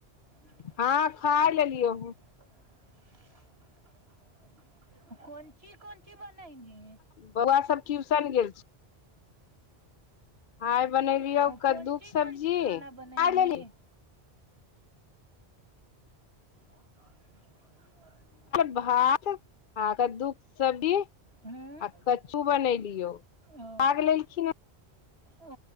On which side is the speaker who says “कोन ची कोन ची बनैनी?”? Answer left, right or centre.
Right